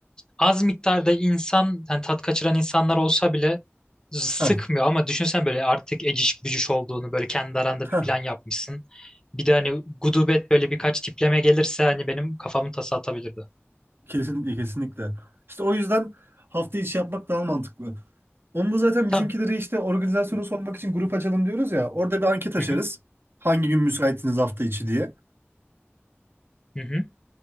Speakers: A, on the left; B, on the right.
A: az miktarda insan yani tat kaçıran insanlar olsa bile sıkmıyor
B: Heh,
A: ama düşünsen böyle artık eciş bücüş olduğunu böyle kendi aranda bir
B: heh,
A: plan yapmışsın. Bir de hani gudubet böyle birkaç tipleme gelirse hani benim kafamın tası atabilirdi.
B: kesin, kesinlikle. İşte o yüzden hafta içi yapmak daha mantıklı. Onu da zaten
A: Tamam.
B: bizimkileri işte organizasyonu sormak için grup açalım diyoruz ya. Orada bir anket açarız.
A: Hı hı.
B: Hangi gün müsaitsiniz hafta içi diye.
A: Hı hı.